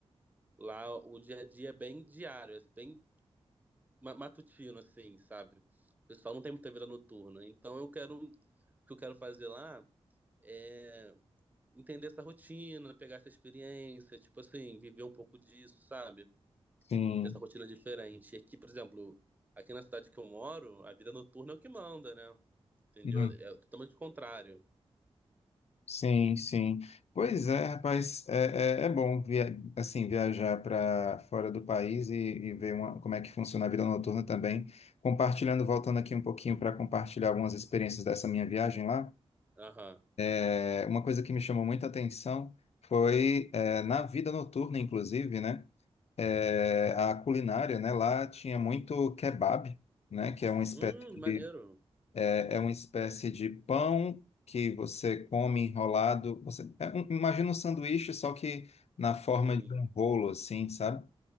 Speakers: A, on the right (about 15°); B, on the left (about 85°).
A: Lá o dia a dia é bem diário, é bem ma- matutino, assim, sabe? O pessoal não tem muita vida noturna. Então eu quero. O que eu quero fazer lá é entender essa rotina, pegar essa experiência, tipo assim, viver um pouco disso, sabe?
B: Sim,
A: Dessa rotina diferente. E aqui, por exemplo, aqui na cidade que eu moro, a vida noturna é o que manda, né? Entendeu?
B: Hum,
A: É totalmente o contrário.
B: sim, sim. Pois é, rapaz, é, é, é bom via, assim viajar para fora do país e, e ver uma- como é que funciona a vida noturna também. Compartilhando, voltando aqui um pouquinho para compartilhar algumas experiências dessa minha viagem lá.
A: Aham.
B: É, uma coisa que me chamou muita atenção foi, é, na vida noturna, inclusive, né? é, a culinária, né? Lá tinha muito kebab, né? Que é uma espécie
A: Hum, maneiro.
B: de, é, é uma espécie de pão que você come enrolado. Você, é um- imagina um sanduíche, só que na forma
A: Sim.
B: de um rolo, assim, sabe?